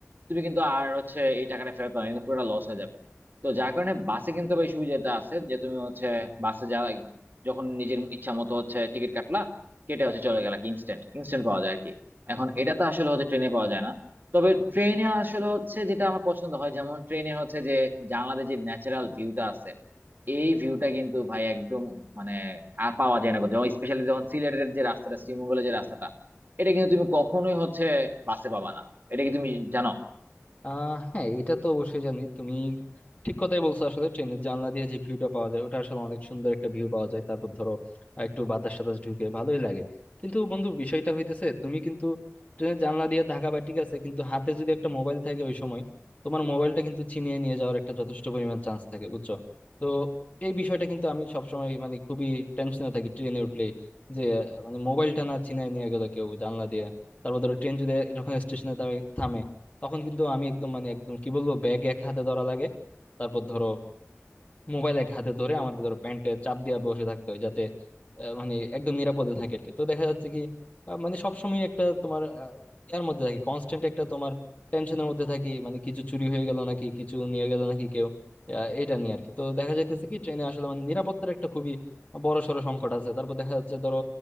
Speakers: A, on the right; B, on the left.
A: তুমি কিন্তু আর হচ্ছে এই টাকাটা ফেরত পাবে না, কিন্তু পুরোটা লস হয়ে যাবে তো যার কারণে বাসে কিন্তু আবার এই সুবিধাটা আছে যে তুমি হচ্ছে বাসে যাওয়া যখন নিজের ইচ্ছা মতো হচ্ছে টিকিট কাটলা কেটে হচ্ছে চলে গেলা কি ইনস্ট্যান্ট ইনস্ট্যান্ট পাওয়া যায় আর কি এখন এটা তো আসলে হচ্ছে ট্রেনে পাওয়া যায় না তবে ট্রেনে আসলে হচ্ছে যেটা আমার পছন্দ হয় যেমন ট্রেনে হচ্ছে যে জানলাতে যে ন্যাচারাল ভিউটা আছে এই ভিউটা কিন্তু ভাই একদম মানে আর পাওয়া যায় না যেমন স্পেশালি যখন সিলেটের যে রাস্তাটা শ্রীমঙ্গলের যে রাস্তাটা এটা কিন্তু তুমি কখনোই হচ্ছে বাসে পাবা না এটা কি তুমি জানো
B: আহ হ্যাঁ এটা তো অবশ্যই জানি তুমি ঠিক কথাই বলছো আসলে ট্রেনের জানলা দিয়ে যে ভিউটা পাওয়া যায় ওটা আসলে অনেক সুন্দর একটা ভিউ পাওয়া যায় তারপর ধরো আহ, একটু বাতাস সাতাস ঢুকে ভালোই লাগে কিন্তু বন্ধু বিষয়টা হইতেছে তুমি কিন্তু ট্রেনের জানলা দিয়ে তাকাবা ঠিক আছে কিন্তু হাতে যদি একটা মোবাইল থাকে ওই সময় তোমার মোবাইলটা কিন্তু ছিনিয়ে নিয়ে যাওয়ার একটা যথেষ্ট পরিমাণ চান্স থাকে বুঝছো তো এই বিষয়টা কিন্তু আমি সবসময় মানে খুবই টেনশনে থাকি ট্রেনে উঠলেই যে আহ, মানে মোবাইলটা না ছিনিয়ে নিয়ে গেল কেউ জানলা দিয়ে তারপর ধরো ট্রেন যদি যখন স্টেশনে থামে তখন কিন্তু আমি একদম মানে একদম কি বলবো ব্যাগ এক হাতে ধরা লাগে তারপর ধরো মোবাইল এক হাতে ধরে আমার ধরো প্যান্টে চাপ দিয়ে বসে থাকতে হয় যাতে আহ, মানে একদম নিরাপদে থাকে আর কি তো দেখা যাচ্ছে কি আহ, মানে সবসময় একটা তোমার আহ, ইয়ার মধ্যে থাকি কনস্ট্যান্ট একটা তোমার টেনশনের মধ্যে থাকি মানে কিছু চুরি হয়ে গেল নাকি কিছু নিয়ে গেল নাকি কেউ আহ, এটা নিয়ে আর কি তো দেখা যাইতেছে কি ট্রেনে আসলে মানে নিরাপত্তার একটা খুবই বড় সড় সংকট আছে তারপর দেখা যাচ্ছে ধরো